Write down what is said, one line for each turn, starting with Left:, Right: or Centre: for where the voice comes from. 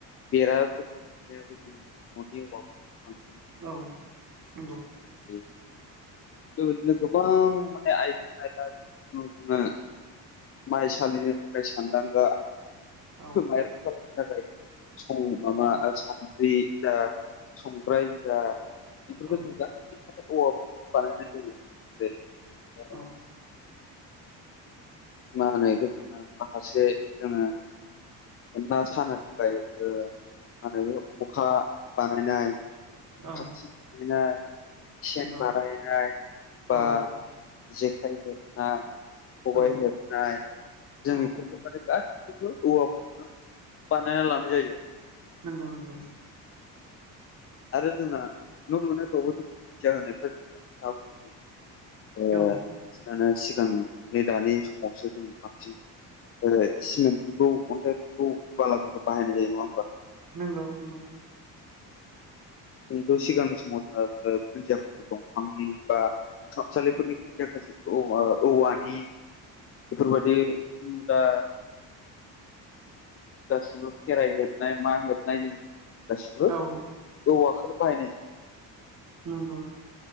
Left: बेराफोर दुमनायाबो जोंनि न'नि औवाफोरखौनो बांसिन
Right: औ नंगौ
Left: <unintelligible> बिदिनो गोबां माने आइजे आयला <unintelligible> जोङो माइ सालिनो थाखाय सानदांगा
Right: औ
Left: माइरं सालिनो थाखाय माबा
Right: नंगौ
Left: सानद्रि जा संग्राय जा बेफोरखौ
Right: औ
Left: जों गासैखौबो माने औवाफोरजों बानायनाय जायो आरो जेरै ओ
Right: औ औ
Left: मा होनो इखौ जोंहा माखासे जोङो ना सानो थाखाय माहोनो खखा बानायनाय
Right: औ
Left: खाथि बानायनाय सेन
Right: नंगौ
Left: बानायनाय बा
Right: औ
Left: जेखाइ हेबनाय खबाइ
Right: औ
Left: हेब नाय जों
Right: औ
Left: इफोरखौ माने गासिखौबो औवाफोरखौनो बानायना लानाय जायो
Right: नंगौ नंगौ
Left: आरो जोंना न' लुनायफ्रावबो जों खुन्थिया होनायफ्रा जोंना <unintelligible> बांसिनानो
Right: औ
Left: सिगां नै दानि समावसो जों बांसिन सिमेन्टफोरखौ अन्थाइफोरखौ बालाफोरखौ बाहायनाय जायो नङा होमबा
Right: नंगौ नंगौ
Left: जोंथ' सिगांनि समाव जों खुन्दियाफोरखौ दंफांनि बा खामसालिफोरनि खुनथियाफोरखौ जों औ औवानि बेफोरबायदि मुदा गासिबो फेराइ हेबनाय मा हेबनाय जोङो गासिबो
Right: औ
Left: औवाखोनो बाहायनाय जायो
Right: नंगौ